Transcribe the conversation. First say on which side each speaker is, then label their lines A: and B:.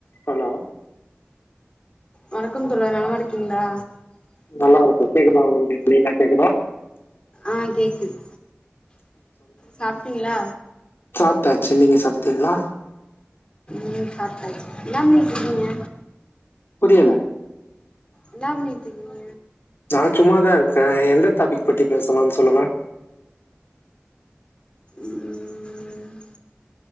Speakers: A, on the left (about 60°); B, on the left (about 25°).
A: Hello
B: வணக்கம் தோழர் நலமா இருக்கீங்களா
A: நல்லா இருகோ கேக்குதா உங்களுக்கு க்ளீனா கேக்குதா
B: ஆ கேக்குது சாப்ட்டீங்களா
A: சாப்ட்டாச்சு நீங்க சாப்ட்டீங்களா
B: ம் சாப்ட்டாச்சு என்ன பண்ணிட்டுருக்கீங்க
A: புரியல
B: என்ன பண்ணிட்டுருக்கீங்க
A: நா சும்மாதா இருக்றேன் எந்த தாபிக் பத்தி பேசலானு சொல்லுங்க
B: ம்